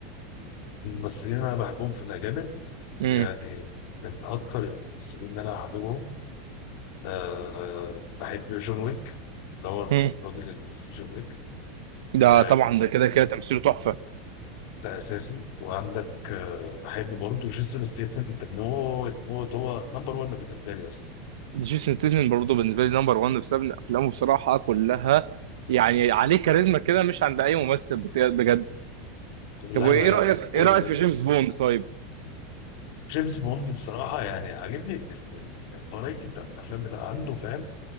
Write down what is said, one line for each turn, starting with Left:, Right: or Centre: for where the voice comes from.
Left: الممثلين اللي انا بحبهم في الاجانب
Right: امم
Left: يعني من اكتر الممثلين اللي انا حاببهم أه بحب جون ويك اللي هو
Right: امم
Left: الراجل اللي مثل جون ويك
Right: ده
Left: و-
Right: طبعا ده كده كده تمثيله تحفه
Left: ده أساسي وعندك أه بحب برضه جيسون ستيتمنت أنت موت موت هو نمبر 1 بالنسبة لي أصلا
Right: جيسون تيتن برضه بالنسبه لي نمبر 1 بسبب ان افلامه بصراحه كلها يعني عليه كاريزما كده مش عند اي ممثل بس- بجد
Left: لا
Right: طب وايه
Left: لا لا
Right: رايك
Left: بس بقول
Right: ايه رايك
Left: لك
Right: في جيمس بوند طيب
Left: جيمس بوند بصراحة يعني عاجبني الفرايتي بتاعت الأفلام بتاع عنده فاهم